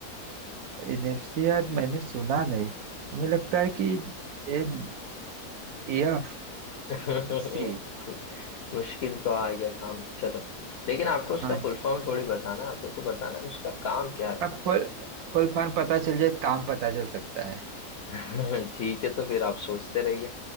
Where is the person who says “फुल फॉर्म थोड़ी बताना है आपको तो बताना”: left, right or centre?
Left